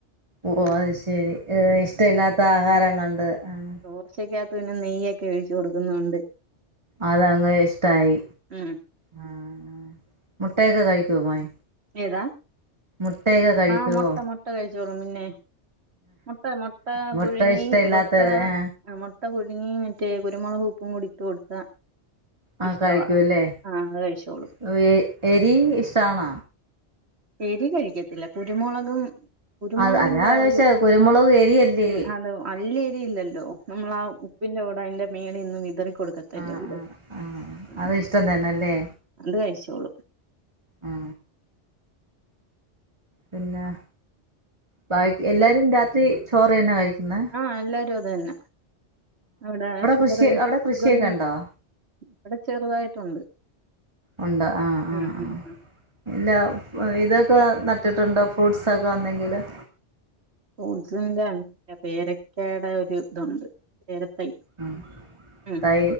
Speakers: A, on the right; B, on the right.
A: ഓഹ് അത്ശരി ഏഹ് ഇഷ്ടല്ലാത്ത ആഹാരം കൊണ്ട് ആഹ്
B: ദോശക്കാത്ത് പിന്ന നെയ്യൊക്കെ ഒഴിച്ചുകൊടുക്കുന്നോണ്ട്
A: അതാങ്ങു ഇഷ്ടായി
B: ഉം
A: ആഹ് മുട്ടയൊക്കെ കഴിക്കോ മോൻ
B: ഏതാ
A: മുട്ടയൊക്കെ കഴിക്കുവോ
B: ആഹ് മുട്ട മുട്ടകയിച്ചോളും പിന്നേ മുട്ട മുട്ട
A: മുട്ട
B: പുഴുങ്ങി
A: ഇഷ്ട
B: <unintelligible>
A: ഇല്ലാത്തവര് ആ
B: ആഹ് മുട്ടപുഴുങ്ങി മറ്റേ കുരുമുളകും ഉപ്പും കൂടി ഇട്ടുകൊടുത്താ
A: ആ
B: ഇഷ്ടവാ
A: കഴിക്കൂല്ലേ
B: ആഹ് അതുകഴിച്ചോളും
A: <unintelligible> എരി ഇഷ്ട്ടാണ?
B: എരി കഴിക്കത്തില്ല കുരുമുളകും കുരുമുളകിന്റെ
A: അത് അതാ
B: ആ
A: ചോദിച്ചേ
B: ഒരു
A: കുരുമുളക് എരിയല്ലേ
B: <unintelligible> നല്ല എരി ഇല്ലല്ലോ നമ്മളാ ഉപ്പിന്റെകൂടെ അയ്‌ന്റെ മേലൊന്നു വിതറി അഹ് കൊടുത്തിട്ടല്ലേ
A: ആ
B: ഉള്ളു
A: ആ ആ
B: ഉം
A: അത് ഇഷ്ടം തന്നെല്ലേ
B: അതുകയിച്ചോളും
A: ആ പിന്നാ ബാക്കി എല്ലാരും രാത്രി ചോറെന്നാ കഴിക്കന്നെ
B: ആഹ് എല്ലാരുതെന്നെ അവിടെ ഷുഗർ
A: കൃഷി അവിടെ
B: ഷുഗർ
A: കൃഷിയൊക്കെ
B: ഇവിടെ
A: ഉണ്ടോ
B: ചെറുതായിട്ടുണ്ട്
A: ഒണ്ട് ആഹ്
B: ഉം
A: ആഹ് ആഹ്
B: ഉം ഉം
A: ഇല്ല ഇതൊക്കെ നട്ടിട്ടുണ്ടോ ഫ്രൂട്ട്സൊക്കെന്തെങ്കിലും
B: ഫ്രൂട്സ് പിന്നെ പേരക്കയുടെ ഒരു ഇതുണ്ട് പേരത്തൈ
A: അഹ്
B: ഉം
A: തൈ